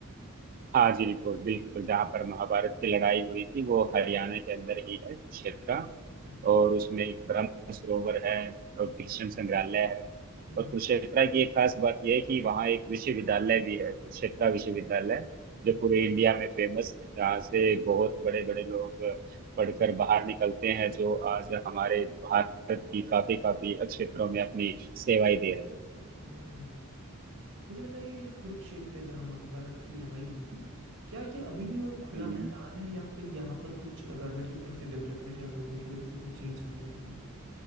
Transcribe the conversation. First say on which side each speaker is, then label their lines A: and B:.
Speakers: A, on the right; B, on the right.
A: हाँ जी बिल्कुल बिल्कुल जहाँ पर महाभारत की लड़ाई हुई थी वो हरियाणा के अंदर ही है कुरुक्षेत्र
B: हम्म
A: और उसमें एक ब्रह्म सरोवर है और कृष्ण संग्रहालय है
B: हम्म
A: और कुरुक्षेत्रा
B: हम्म
A: की एक खास बात यह है कि वहाँ एक विश्वविद्यालय भी है कुरुक्षेत्रा विश्वविद्यालय जो
B: हम्म,
A: पूरे इंडिया में फेमस है जहाँ से बहुत बड़े बड़े लोग पढ़कर बाहर निकलते हैं जो आज हमारे भारत की काफी काफी क्षेत्रों में अपनी सेवाएं दे रहे
B: हम्म। मुझे बताइए ये जो कुरुक्षेत्र है जहाँ महाभारत की लड़ाई हुई थी क्या ये अभी भी वो एक खुला
A: हैं
B: मैदान है या फिर यहाँ पर कुछ गवर्नमेंट की तरफ से डेवलपमेंट या लोगों की वजह से कुछ चेंज हो रहा है ये